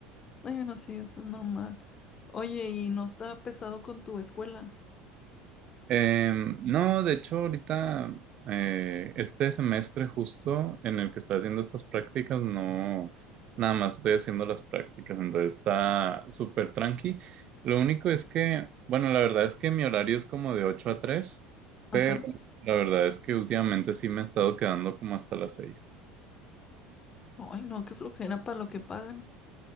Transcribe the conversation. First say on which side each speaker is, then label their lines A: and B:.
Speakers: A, on the left; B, on the right.
A: Bueno, sí, eso es normal. Oye, ¿y no está pesado con tu escuela?
B: Em, no, de hecho, ahorita, eh, este semestre justo en el que estoy haciendo estas prácticas, no, nada más estoy haciendo las prácticas, entonces está súper tranqui. Lo único es que, bueno, la verdad es que mi horario es como de 8 a 3, pero
A: Ajá.
B: la verdad es que últimamente sí me he estado quedando como hasta las 6.
A: Ay, no, qué flojera para lo que pagan.